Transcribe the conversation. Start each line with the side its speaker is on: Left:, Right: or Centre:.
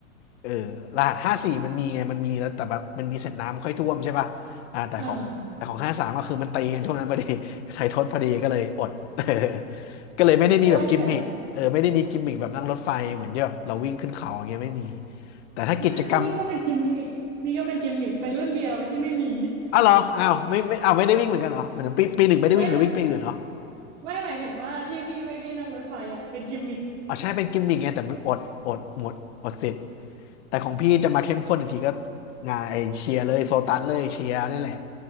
Left: เออรหัสห้าสี่มันมีไงมันมีแล้วแต่แบบมันมีเสร็จน้ำค่อยท่วมใช่ป่ะอ่าแต่ของแต่ของห้าสามก็คือมันตีกันช่วงนั้นพอดี
Right: อ่า
Left: <laughs> ไทยทดพอดีก็เลยอด <laughs> ก็เลยไม่ได้มีแบบกิมมิคเออไม่ได้มีกิมมิคแบบนั่งรถไฟเหมือนที่แบบเราวิ่งขึ้นเขาอย่างเงี้ยไม่มี
Right: โอ้ยเสียดาย
Left: แต่ถ้ากิจกรรม
Right: ไม่นี่ก็เป็นกิมมิกนี่ก็เป็นกิมมิกเป็นรุ่นเดียวที่ไม่มี
Left: อ้าวเหรออ้าวไม่ไม่อ้าวไม่ได้วิ่งเหมือนกันเหรอเหมือนปีปีหนึ่งไม่ได้วิ่งแต่วิ่งไปอื่นเหรอ
Right: ไม่ไม่หมายถึงว่าที่พี่ไม่ได้นั่งรถไฟอ่ะเป็นกิมมิก
Left: อ๋อใช่เป็นกิมมิคไงแต่มันอดอดหมดอดสิทธิ์แต่ของพี่จะมาเข้มข้นอีกทีก็งานไอเชียร์เลยโซตัสเลยเชียร์นี่แหละ